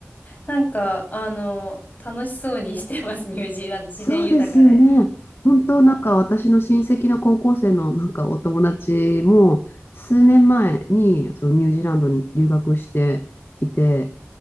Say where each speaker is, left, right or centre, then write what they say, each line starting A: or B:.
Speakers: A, on the left; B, on the left.
A: なんか、あの、楽しそうにしてます、<laughs> ニュージーランド。自然豊かで。
B: そうですよね。本当なんか私の親戚の高校生のなんかお友達も数年前にそのニュージーランドに留学していて、
A: そうなん、